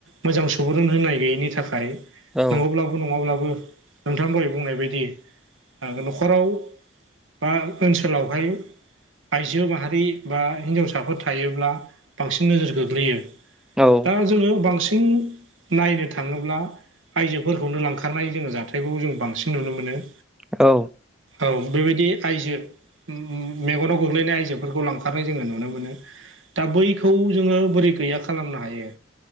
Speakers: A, on the right; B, in the centre.
A: मोजां सुबुरुन होनाय गैयैनि थाखाय
B: औ
A: नंगौब्ला नङाब्लाबो नोंथां दहै बुंनाय बायदि न'खराव बा ओनसोलावहाय आइजो माहारि बा हिनजावसाफोर थायोब्ला बांसिन नोजोर गोग्लैयो
B: औ
A: दा जोङो बांसिन नायनो थाङोब्ला आइजोफोरखौनो लांखारनाय जोङो जाथायखौ जों बांसिन नुनो मोनो
B: औ
A: औ बेबायदि आइजो मेगनाव गोग्लैनाय आइजोफोरखौ लांखारनाय जोङो नुनो मोनो दा बैखौ जोङो बोरै गैया खालामनो हायो